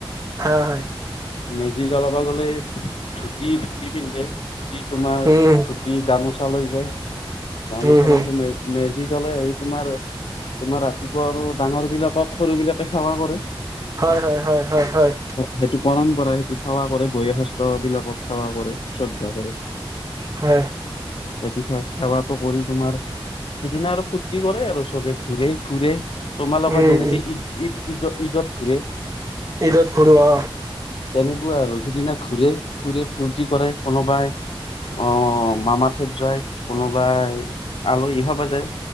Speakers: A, on the right; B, on the left.
A: হ, হয়।
B: মেজি জ্বলাবা গলে ধুতি, ধুতি পিন্ধে। তোমাৰ
A: উম
B: ধুতি গামোচা তালৈ যায়। গামোচা
A: উম হম
B: মে মেৰিয়াই যি জ্বলে এ তোমাৰ তোমাৰ ৰাতিপুৱা আৰু ডাঙৰ বিলাকক সৰু বিলাকে সেৱা কৰে
A: হয় হয় হয় হয় হয়
B: সেইটো পৰাম কৰা সেইটো সেৱা কৰে বয়সস্থ বিলাকক সেৱা কৰে শ্ৰদ্ধা কৰে।
A: হয়।
B: সেইটো সে সেৱাটো কৰি তোমাৰ সিদিনা আৰু ফুৰ্তি কৰে। আৰু চবে ফুৰে ফুুৰে। তোমালোকৰ
A: উম
B: যেনেকে
A: উম
B: ঈদ ঈদ ঈদত ফিদত ঘূৰে
A: ইঈত ঘৰুৱা
B: তেনেকুৱা আৰু সিদিনা ঘুৰে ফুৰে ফূৰ্তি কৰে কোনোবাই অ মামা ঠাইত যায় কোনোবাই বা আলহী খাব যায়